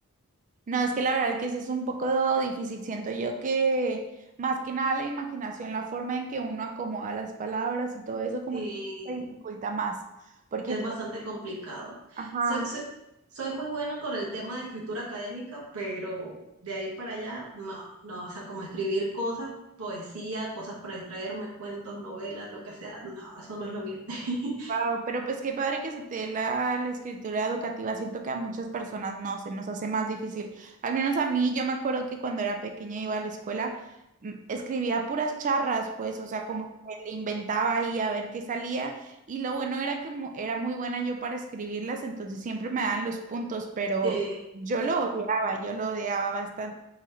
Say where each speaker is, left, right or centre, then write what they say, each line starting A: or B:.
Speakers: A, on the right; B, on the right.
A: No, es que la verdad que sí es un poco difícil. Siento yo que más que nada la imaginación, la forma en que uno acomoda las palabras y todo eso, como
B: y
A: que se dificulta más. Porque,
B: es bastante complicado.
A: ajá,
B: Soy, soy, soy muy buena con el tema de escritura académica, pero de ahí para allá, no, no, o sea, como escribir cosas, poesía, cosas para distraerme, cuentos, novelas, lo que sea, no, eso no es lo mío. <laughs>
A: Wow, pero pues qué padre que se te dé la, la escritura educativa. Siento que a muchas personas no, se nos hace más difícil. Al menos a mí, yo me acuerdo que cuando era pequeña iba a la escuela, mm, escribía puras charras, pues, o sea, como que le inventaba ahí a ver qué salía. Y lo bueno era que mu- era muy buena yo para escribirlas, entonces siempre me daban los puntos, pero
B: Eh,
A: yo lo odiaba, yo lo odiaba bastante.